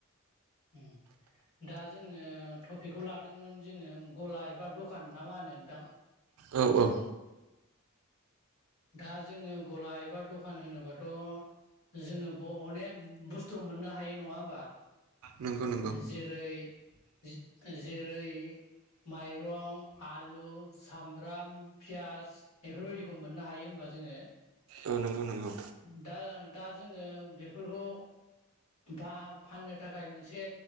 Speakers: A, on the left; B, on the right.
A: उम दा जोङो थफिखौ लादोंमोन जोङो गला एबा दखान ना मा होनो नोंथां?
B: औ औ।
A: दा जोङो गला एबा दखान होनोबाथ' जोङो अनेक बुस्थु मोननो हाय नङा होमबा।
B: नंगौ नंगौ
A: जेरै जे-जेरै माइरं, आलु, सामब्राम, पियास बेफोरबायदिखौ मोननो हायो होबा जोङो।
B: औ नंगौ नंगौ
A: दा दा जोङो बेफोरखौ फाहा फाननो थाखाय मोनसे